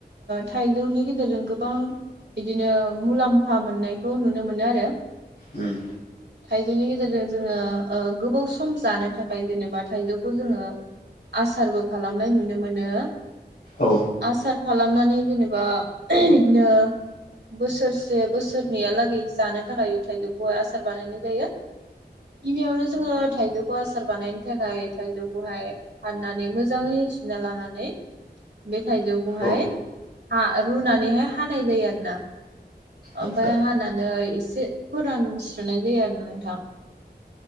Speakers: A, on the right; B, on the left.
A: थाइजौनि गेजेरजों गोबां बिदिनो मुलाम्फा मोननायखौ नुनो मोनो आरो
B: उम
A: थाइजौनि गेजेरजों जोङो गोबाव सम जानो थाखाय जेनेबा थाइजौखौ जोङो आसारबो खालामनाय नुनो मोनो नो
B: औ
A: आसार खालामनानै जेनेबा बिदिनो बोसोरसे बोसोरनैयालागै जानो थाखाय थाइजौखौहाय आसार बानायनाय जायो गिबियावनो जोङो थाइजौखौ आसार बानायनो थाखाय थाइजौखौहाय फाननानै मोजाङै सुना लानो नानै बे थायजौखौहाय
B: औ
A: रुनानैहाय हानाय जायो आरो ना
B: आदसा
A: ओमफ्राय हानानो एसे एसे फोरानस्रुनाय जायो आरोना नोंथां